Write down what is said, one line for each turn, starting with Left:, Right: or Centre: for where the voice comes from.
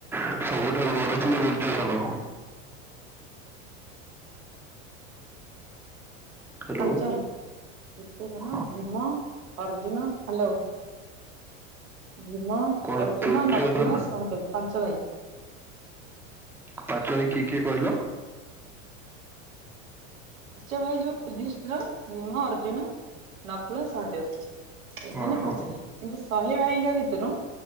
Centre: ଆଛା ସବୁଠାରୁ ବଡ ଥିଲେ ଦୁର୍ଯ୍ୟଧନ। ହ୍ୟାଲୋ
Right: ପାଞ୍ଚାଳି ଦୁର୍ଯ୍ୟୋଧନ,
Centre: ହଁ
Right: ଭୀମ, ଅର୍ଜୁନ, ହାଲୋ। ଭୀମ,
Centre: କଣ
Right: ଅର୍ଜୁନ,
Centre: ଦୁର୍ଯ୍ୟୋଧନ
Right: ନକୁଳ, ସହଦେବ ପାଞ୍ଚ ଭାଇ।
Centre: ପାଞ୍ଚ ଭାଇ କିଏ କିଏ କହିଲ?
Right: ପାଞ୍ଚ ଭାଇ ଯୋଉ ଯୁଧିଷ୍ଠୀର, ଭୀମ, ଅର୍ଜୁନ, ନକୁଳ, ସହଦେବ। ଏମାନେ
Centre: ହଁ
Right: ପାଞ୍ଚ
Centre: ହଁ
Right: ଭାଇ କିନ୍ତୁ ଶହେ ଭାଇଙ୍କୁ ଭିତରୁ